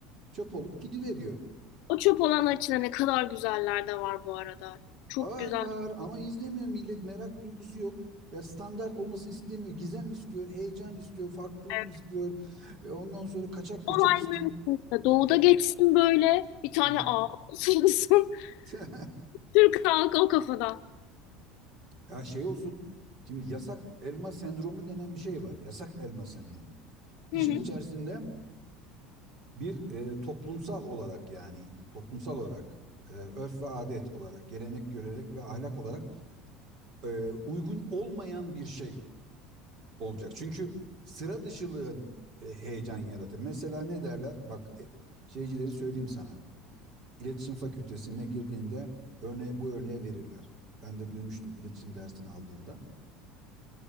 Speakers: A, on the right (about 40°); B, on the left (about 60°).
A: çöp olup gidiveriyor.
B: O çöp olanlar içinde ne kadar güzeller de var bu arada. Çok
A: Var
B: güzel.
A: var ama izlemiyor millet merak duygusu yok. Ya standart olmasını istemiyor. Gizem istiyor, heyecan istiyor, farklılık
B: Evet.
A: istiyor. E, ondan sonra kaçak göçek
B: Olay
A: istiyor.
B: mümkünse
A: Ya-
B: doğuda
A: ya-
B: geçsin böyle bir tane
A: he.
B: ağ olsun.
A: <laughs>
B: <laughs> Türk halkı o kafada.
A: Ya şey olsun. Şimdi yasak elma sendromu denen bir şey var. Yasak elma sendromu. İşin
B: Hı hı.
A: içerisinde bir e, toplumsal olarak yani toplumsal olarak e, örf ve adet olarak, gelenek, görerek ve ahlak olarak e, uygun olmayan bir şey olacak. Çünkü sıra dışılığın e, heyecan yaratır. Mesela ne derler? Bak e, şeycileri söyleyeyim sana. İletişim Fakültesine girdiğinde örneği bu örneği verirler. Ben de duymuştum iletişim dersini aldığımda.